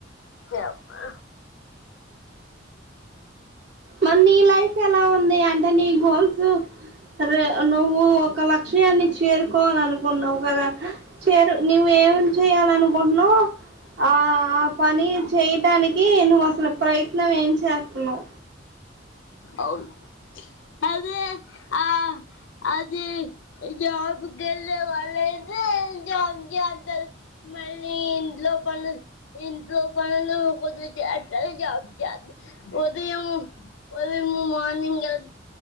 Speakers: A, on the left; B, on the right.
A: యమ్మా
B: మరి నీ లైఫ్ ఎలా ఉంది అంటే నీ గోల్స్, రే నువ్వు ఒక లక్ష్యాన్ని చేరుకోవాల అనుకున్నావు కదా చేరు నువ్వ ఏం చేయాలనుకుంటునావు ఆ ఆ పని చేయటానికి నువ్వు అసలు ప్రయత్న ప్రయత్నం ఏం చేస్తున్నావు,
A: అవును అదే ఆ అది జాబ్కిెళ్ళ వాళ్ళది వెళ్లి జాబ్ చేయంటారు మళ్ళీ ఇంట్లో పన్నులు ఇంట్లో పన్నులు, నువ్వు చేస్తే జాబ్ చే ఉదయం ఉదయం మార్నింగ్ వెళ్తే,